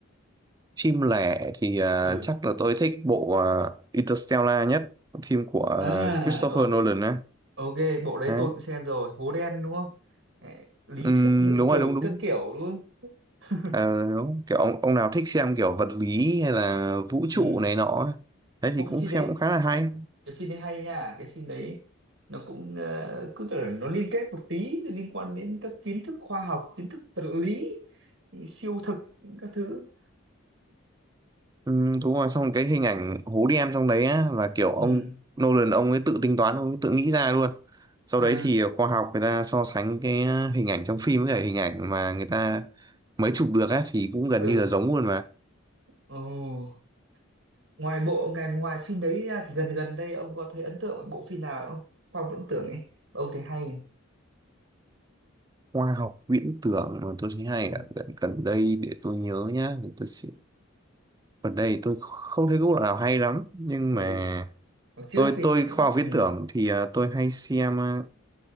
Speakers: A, on the right; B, on the right.
A: phim lẻ thì à,
B: ừ
A: chắc là tôi thích bộ à, Interstellar nhất phim của à,
B: à
A: Christopher
B: o-
A: Nolan ấy.
B: ok bộ đấy
A: đấy
B: tôi cũng xem rồi hố đen đúng không Ê, Lý
A: Ừm,
B: thuyết lượng
A: đúng
B: tử
A: rồi đúng đúng
B: các kiểu luôn <laughs>
A: Ờ, đúng. kiểu ông, ông nào thích xem kiểu vật lý hay là vũ trụ
B: Ừ.
A: này nọ ấy. đấy
B: Ô
A: thì
B: cái
A: cũng
B: phim
A: xem
B: đấy
A: cũng khá là hay
B: cái phim đấy hay nha cái phim đấy nó cũng ờ, cứ tưởng nó liên kết một tí liên quan đến các kiến thức khoa học kiến thức vật lý siêu thực các thứ
A: Ừ, đúng rồi xong cái hình ảnh hố đen trong đấy á, là kiểu ông
B: ừ
A: Nolan ông ấy tự tính toán ông ấy tự nghĩ ra luôn sau
B: à,
A: đấy thì khoa học người ta so sánh cái à, hình ảnh trong phim với cả hình ảnh mà người ta mới chụp được á thì cũng gần
B: ừ
A: như là giống luôn mà
B: ồ ngoài bộ ngành ngoài phim đấy ra thì gần gần đây ông có thấy ấn tượng với bộ phim nào không khoa học viễn tưởng ấy mà ông thấy hay
A: khoa học viễn tưởng mà tôi thấy hay
B: ừ
A: ạ gần gần đây để tôi nhớ nhá để tôi sẽ... gần đây tôi không thấy cái bộ nào hay lắm nhưng
B: ừ
A: mà
B: Hồi trước
A: tôi
B: đi
A: tôi khoa học viễn
B: ừ
A: tưởng thì à, tôi hay xem à,